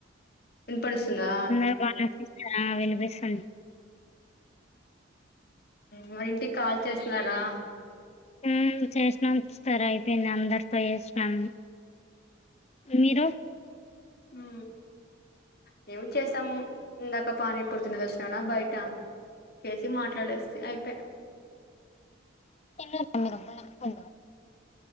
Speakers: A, on the left (about 50°); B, on the left (about 35°).
A: విన్ పడుసుతుందా
B: ఆ బానే ఆ వినిపిస్తుంది
A: మరి ఇంటికి కాల్ చేస్తున్నారా
B: ఉమ్ చేసినం సిస్టర్ అయిపోయింది అందరితో చేసినం మీరు
A: హ్ మేము చేసాం ఇందాక పానీ పూరి తినేసి వచ్చినాన బయట చేసి మాట్లాడేస్తి అయిపయ్
B: తినరేమో మీరు బయట ఫుడ్